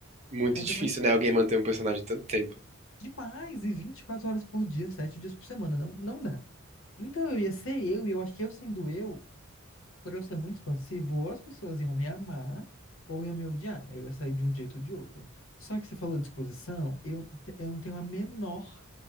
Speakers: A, on the right; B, on the left.
A: Muito
B: Ainda
A: difícil,
B: mais
A: né? Alguém manter um personagem tanto tempo.
B: demais. E 24 horas por dia, 7 dias por semana. Não, não dá. Então eu ia ser eu, e eu acho que eu sendo eu, por eu ser muito expansivo, ou as pessoas iam me amar, ou iam me odiar. Eu ia sair de um jeito ou de outro. Só que você falou de exposição, eu, eu não tenho a menor,